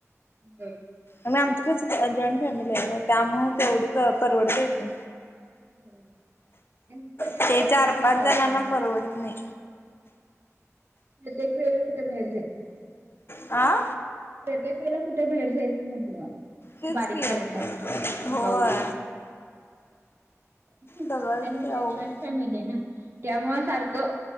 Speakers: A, on the right; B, on the left.
A: ह <unintelligible>
B: मग आमच्या कस जॉइंट, फॅमिली आहे ग त्यामुळं तेवढंच परवडत ते,
A: बरोबर आणि सध्या,
B: ते
A: कुठं
B: चार
A: बाहेर
B: पाच
A: जायचं.
B: जणांना परवडत नाही,
A: प्रत्येक वेळ ला कुठे बाहेर जायचं,
B: आ?
A: प्रत्येक वेला कुठे बाहेर जायचं म्हटलं,
B: तेच
A: बारीक
B: की
A: केली
B: होय
A: भाऊ, ह्
B: सगळंच
A: आणि तुमची
B: ते अवघड
A: जॉईंट फॅमिली आहे, ना त्यामु सारखं,